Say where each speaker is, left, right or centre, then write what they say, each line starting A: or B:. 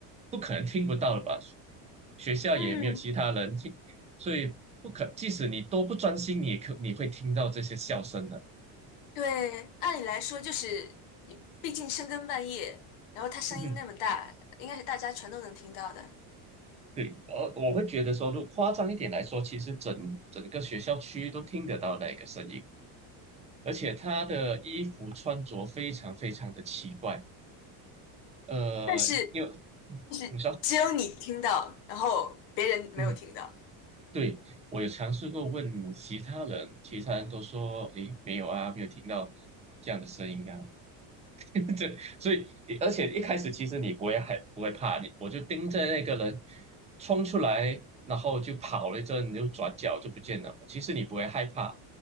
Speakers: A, on the right; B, on the left.
A: 不可能听不到了吧？学校也没有其他人，
B: 嗯，
A: 听。所以不可，即使你多不专心，你也可你会听到这些笑声的。
B: 对，按理来说就是你，毕竟深更半夜，然后他声音那么大，
A: 嗯哼，
B: 应该是大家全都能听到的。
A: 对，而我会觉得说，如果夸张一点来说，其实整整个学校区都听得到那个声音，而且他的衣服穿着非常非常的奇怪。呃，
B: 但是
A: 因为
B: 就是只有你听到，
A: 你说，
B: 然后别人没有听到。
A: 嗯，对，我有尝试过问其他人，其他人都说，诶，没有啊，没有听到这样的声音啊。<laughs> 对，所以而且一开始其实你不会害，不会怕你，我就盯着那个人冲出来，然后就跑了一阵，又转角就不见了。其实你不会害怕，